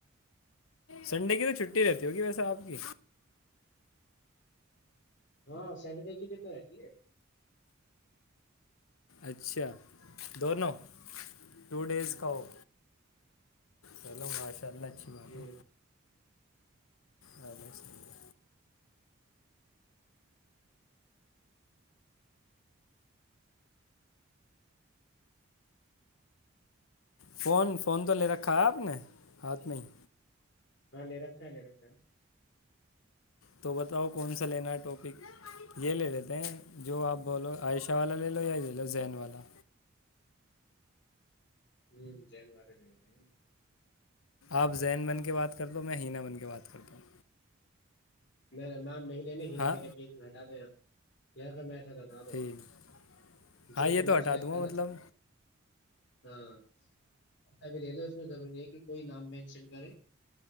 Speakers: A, on the left; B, on the left.
A: سنڈے کی تو چھٹی رہتی ہوگی ویسا آپ کی
B: ہاں سیٹرڈے کی بھی تو رہتی ہے
A: اچھا دونوں ٹو ڈیز
B: ہ
A: کا ہو چلوں گا چلچھی باتی
B: ہ
A: اورے صی ہے فون فون تو لے رکھا ہے آپ نے ہاتھ میں ہی
B: ہاں لے رکھا ہے لے رکھا ہے
A: تو بتاؤ کون سا لینا ہے ٹاپک یہ لے لیتے ہیں جو آپ بولو عائشہ والا لے لو یا لو ین والا
B: ہوں جین وار د رہے
A: آپ زین بن کے بات کر دو ہو میں حناہ بن کے بات کرتا ہوں
B: نہیں ن نام نہیں ج
A: ہاں
B: گٹاتا <inaudible> اچھا لگا دو
A: ٹھیک ہاں
B: جو
A: یہ
B: تم
A: تو
B: نے
A: ہٹا
B: سلیکٹ
A: دوں گا
B: کرنا
A: مطلب
B: ہاں اچھا بھی لے لے اس میں ضروری ہے کہ کوئی نام مینشن کر